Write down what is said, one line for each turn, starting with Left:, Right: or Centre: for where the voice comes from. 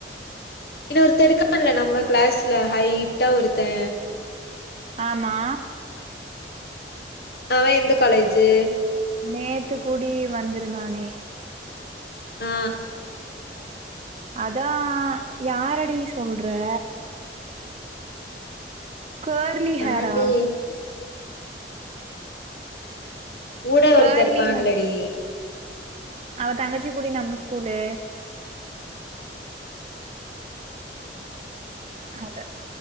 Left: இன்னோறுத்த இருக்கான்ல நம்ம கிளாஸ்ல ஹாய்ட்டா ஒருத்தே
Right: ஆமா
Left: அவ எந்த காலேஜு
Right: நேத்து கூடி வந்து இருந்தானே
Left: ஆ
Right: அதா யாரடி சொல்றே கர்லி
Left: தாண்டி
Right: ஹரா
Left: கூட ஒருத்தே
Right: கேர்லி
Left: இருப்பான்லடி
Right: ஹேர் அவ தங்கச்சிக்குடி நம்ம ஸ்கூலு ஹத